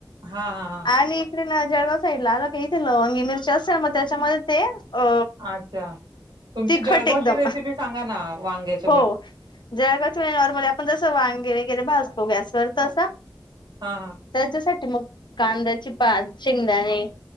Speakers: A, on the right; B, on the left.
A: हां, हां, हां.
B: आणि इकडे ना जळगाव साईडला आलं का इथे लवंगी मिरची असते ना मग त्याच्यामध्ये ते अ
A: अच्छा तुमची
B: तिखट
A: जळगावची
B: एकदम
A: रेसिपी सांगा ना वांग्याची
B: हो जळचगावची म्हणजे नॉर्मली आपण जसं वांगे वगैरे भाजतो गॅसवर तस
A: हा हा
B: त्याच्यासाठी मग कांद्याची पात शेंगदाणे